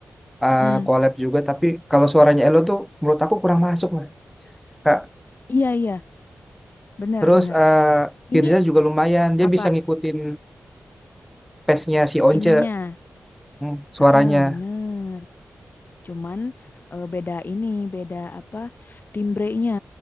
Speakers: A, in the centre; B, on the left (about 50°).
A: eh,
B: Mm-mm.
A: collab juga. Tapi kalau suaranya Elo tuh menurut aku kurang masuk lah. Kak.
B: Iya iya, benar-benar.
A: Terus eh, Firza
B: Ini
A: juga lumayan. Dia
B: apa
A: bisa ngikutin
B: s-
A: pace-nya si Once.
B: ininya?
A: Hmm, suaranya.
B: Heeh, bener. Cuman eh, beda ini, beda apa timbrenya.